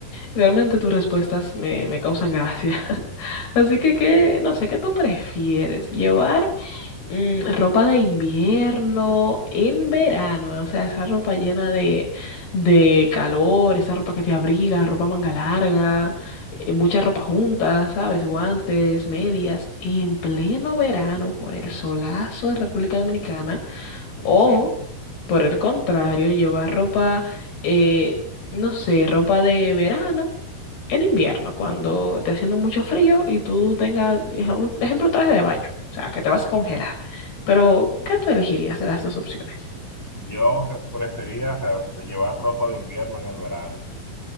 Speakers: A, on the left (about 80°); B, in the centre.
A: Realmente tus respuestas me, me causan gracia. <laughs> Así que, ¿qué? No sé, ¿qué tú prefieres? ¿Llevar Mm, ropa de invierno en verano, o sea, esa ropa llena de, de calor, esa ropa que te abriga, ropa manga larga, eh, mucha ropa junta, ¿sabes? Guantes, medias, en pleno verano con el solazo de República Dominicana,
B: Sí,
A: o
B: sí.
A: por el contrario, llevar ropa, eh, no sé, ropa de verano en invierno, cuando esté haciendo mucho frío y tú tengas, ej- un ejemplo, traje de baño, o sea, que te vas a congelar. Pero, ¿qué tú elegirías de las dos opciones?
B: Yo re- prefería ra- llevar ropa de invierno en el verano,